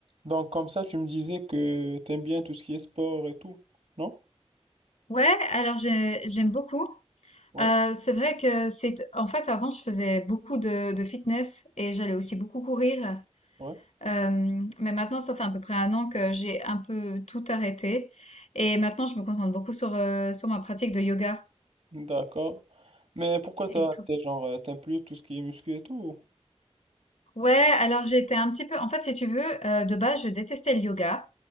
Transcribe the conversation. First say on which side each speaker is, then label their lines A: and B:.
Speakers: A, on the right; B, on the left.
A: Donc, comme ça, tu me disais que t'aimes bien tout ce qui est sport et tout, non?
B: Ouais, alors j'ai- j'aime beaucoup.
A: Ouais,
B: Euh, c'est vrai que c'est en fait avant je faisais beaucoup de, de fitness et j'allais aussi beaucoup courir.
A: ouais,
B: Euh, mais maintenant ça fait à peu près un an que j'ai un peu tout arrêté et maintenant je me concentre beaucoup sur euh, sur ma pratique de yoga
A: d'accord. Mais pourquoi
B: et
A: t'as,
B: tout.
A: t'es genre, euh, t'aimes plus tout ce qui est muscu et tout?
B: Ouais, alors j'étais un petit peu en fait si tu veux euh, de base je détestais le yoga